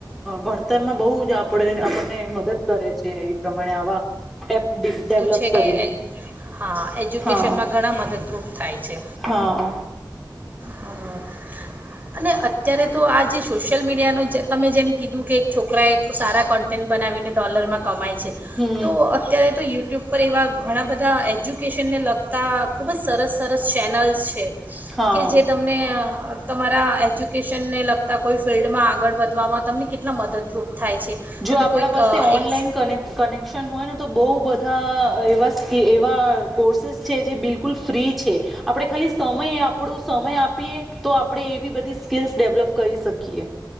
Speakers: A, in the centre; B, on the right.
A: ભણતરમાં બહુ આપ આપણને મદદ કરે છે એ પ્રમાણે આવા એપ ડેવલપ
B: બધું છે
A: કરીને
B: કે હા એજ્યુકેશનમાં
A: હા
B: ઘણા મદદરૂપ થાય છે
A: હા
B: હા અને અત્યારે તો આ જે સોશિયલ મીડિયાનો જે તમે જેમ કીધું કે એક છોકરાએ સારા કન્ટેન્ટ બનાવીને ડોલરમાં કમાય છે
A: હમ
B: તો અત્યારે યુટ્યુબ પર એવા ઘણા બધા એજ્યુકેશનને લગતાં ખૂબ જ સરસ સરસ ચેનલ્સ છે
A: હા
B: કે જે તમને તમારા એજ્યુકેશનને લગતાં કોઈ ફિલ્ડમાં આગળ વધવામાં તમને કેટલા મદદરૂપ થાય છે
A: જો
B: તમે
A: આપણા
B: કોઈક
A: પાસે
B: અ,
A: ઓનલાઈન
B: એક
A: ક કનેક્શન હોય ને તો બહ બહુ બધા એવા કે એવા કોર્સેસ છે જે બિલકુલ ફ્રી છે આપણે ખાલી સમય આપણું સમય આપીએ તો આપણેે એવી બધી સ્કીલ્સ ડેવલપ કરી શકીએ